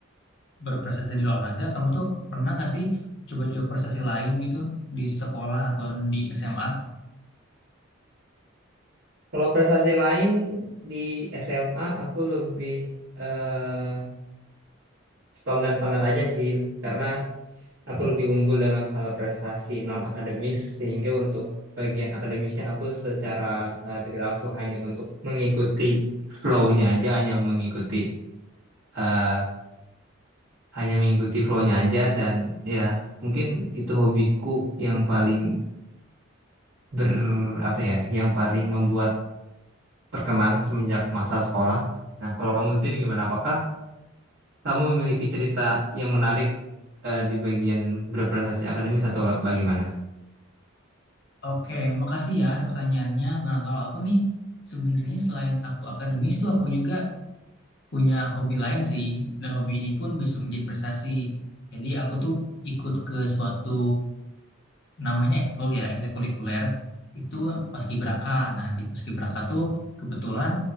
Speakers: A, on the left; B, on the right.
A: berprestasi di olahraga, kamu tuh pernah nggak sih coba-coba prestasi lain gitu di sekolah atau di SMA?
B: Kalau prestasi lain di SMA aku lebih eh, standar-standar aja sih karena aku lebih unggul dalam hal prestasi non akademis sehingga untuk bagian akademisnya aku secara eh, tidak langsung hanya untuk mengikuti flow-nya aja hanya mengikuti eh, hanya mengikuti flow-nya aja dan ya mungkin itu hobiku yang paling ber apa ya yang paling membuat terkenang semenjak masa sekolah. Nah, kalau kamu sendiri gimana? Apakah kamu memiliki cerita yang menarik eh, di bagian berprestasi akademis atau bagaimana?
A: Oke, makasih ya pertanyaannya. Nah, kalau aku nih sebenarnya selain aku akademis tuh aku juga punya hobi lain sih dan hobi ini pun bisa menjadi prestasi. Jadi aku tuh ikut ke suatu namanya ekskul ya, ekstrakurikuler itu paskibraka. Nah, di paskibraka tuh kebetulan